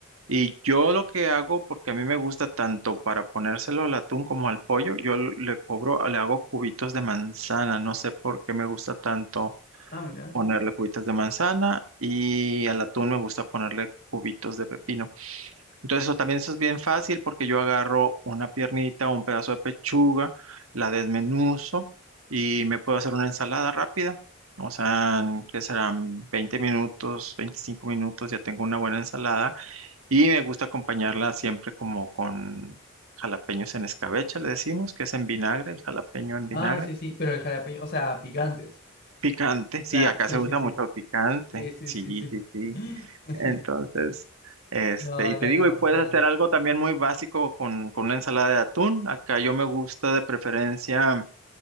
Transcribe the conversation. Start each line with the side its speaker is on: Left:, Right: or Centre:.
Right: Y yo lo que hago, porque a mí me gusta tanto para ponérselo al atún como al pollo, yo lo- le cobro, le hago cubitos de manzana. No sé por qué me gusta tanto
Left: Ah, mira.
Right: ponerle cubitos de manzana y al atún me gusta ponerle cubitos de pepino. Entonces eso también eso es bien fácil porque yo agarro una piernita o un pedazo de pechuga, la desmenuzo y me puedo hacer una ensalada rápida. O sea, en- que serán 20 minutos, 25 minutos, ya tengo una buena ensalada y me gusta acompañarla siempre como con jalapeños en escabeche, le decimos, que es en vinagre, el jalapeño en vinagre.
Left: Ah, sí, sí, pero el jalapeño, o sea, picantes.
Right: Picante, sí,
Left: Claro,
Right: acá
Left: sí,
Right: se
Left: sí,
Right: usa
Left: sí.
Right: mucho el picante.
Left: Sí, sí,
Right: Sí,
Left: sí, sí.
Right: sí, sí.
Left: <laughs>
Right: Entonces, este,
Left: No, acá
Right: y te digo,
Left: no,
Right: y puedes
Left: acá
Right: hacer
Left: no.
Right: algo también muy básico con, con una ensalada de atún. Acá yo me gusta de preferencia